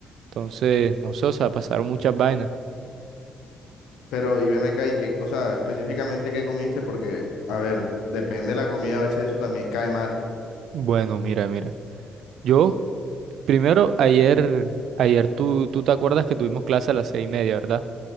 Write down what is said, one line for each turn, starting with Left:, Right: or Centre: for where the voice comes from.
Right: Entonces, no sé, o sea, pasaron muchas vainas.
Left: Pero, y ven acá, ¿y qué, o sea, específicamente qué comiste? Porque, a ver, depende de la comida, a veces eso también cae mal.
Right: Bueno, mira, mira. Yo, primero, ayer, ayer tú, tú te acuerdas que tuvimos clase a las seis y media, ¿verdad?